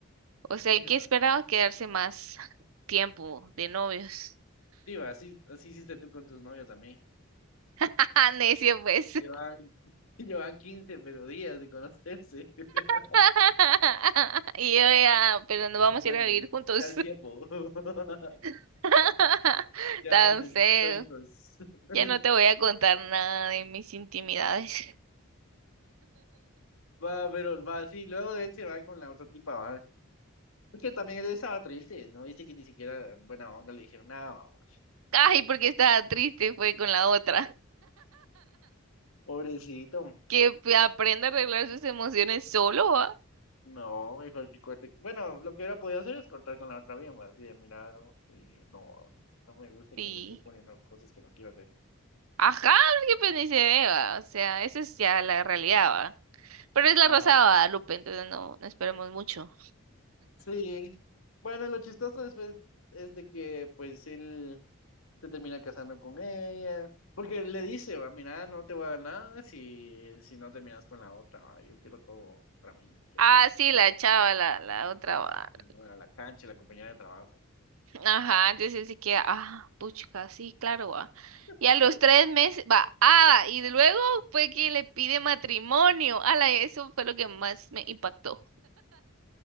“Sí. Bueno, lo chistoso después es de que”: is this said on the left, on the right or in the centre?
Left